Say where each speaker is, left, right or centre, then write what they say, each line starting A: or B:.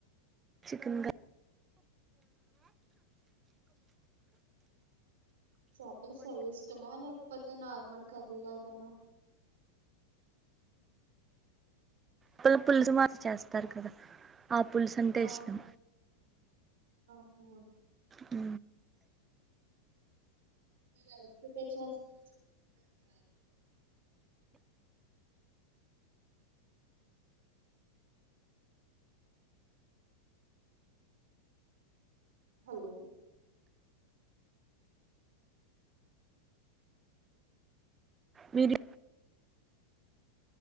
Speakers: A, on the right; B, on the right.
A: చికన్ క
B: చేపలు ఫ్రై ఇష్టమా లేకపో నార్మల్ కర్రీ లాగానా
A: పల పులుసు మదిరి చేస్తారు కదా ఆ పులుసు అంటే
B: ఆ
A: ఇష్టం,
B: ఉ
A: ఊ
B: మీరు ఎలా ప్రిపేర్ చేస్తారో చెప్పండి ఒకసారి హలో
A: మీది